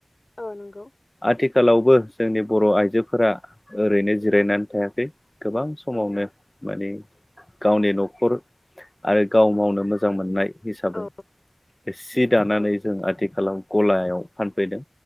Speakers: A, on the left; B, on the left.
A: औ नंगौ
B: आथिखाल। आथिखालावबो जोंनि बर' आइजोफोरा ओरैनो जिरायनानै। थायाखै गोबां समावनो
A: औ
B: माने गावनि न'खर आरो गाव मावनो मोजां मोननाय हिसाबै।
A: औ
B: सि दानानै
A: औ
B: जों आथिखालाव गलायाव फानफैदों।